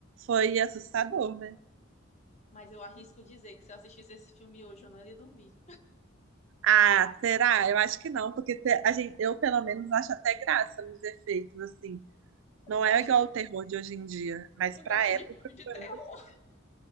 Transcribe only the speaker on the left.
Mas eu arrisco dizer que se eu assistisse esse filme hoje, eu não ia dormir.
Eu
acho
que tu,
tu
gosta
de filme de
terror.